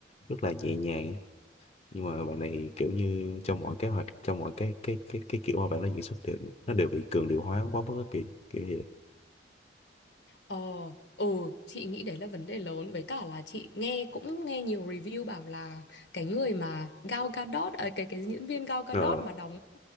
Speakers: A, on the left; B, on the left.
A: rất là nhẹ nhàng á. nhưng mà bạn này thì kiểu như trong mọi kế hoạch trong mọi cái cái cái cái kiểu mà bạn nó diễn xuất đều nó đều bị cường điệu hóa quá mức á kỳ kiểu như vậy
B: ờ ừ chị nghĩ đấy là vấn đề lớn với cả là chị nghe cũng nghe nhiều review bảo là cái người mà Gal Gadot à, cái cái diễn viên Gal Gadot
A: ờ
B: mà đóng